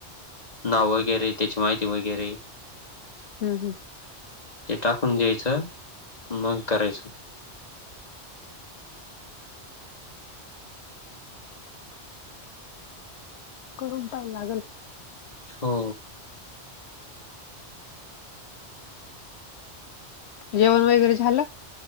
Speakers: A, on the left; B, on the left.
A: नाव वगैरे, त्याची माहिती वगैरे
B: हम्म् हम्म.
A: ते टाकून द्यायचं मग करायचं.
B: करून पाहाय लागल.
A: हो.
B: जेवण वगैरे झालं?